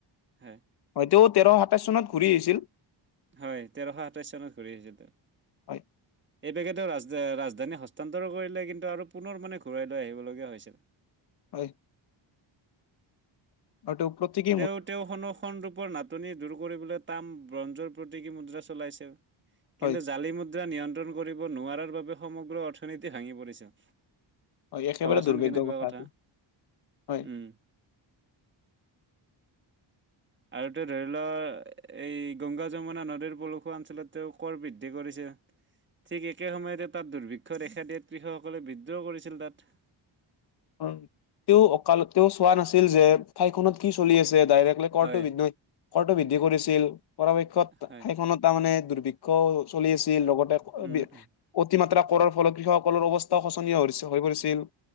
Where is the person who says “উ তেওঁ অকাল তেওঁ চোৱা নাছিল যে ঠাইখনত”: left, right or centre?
Left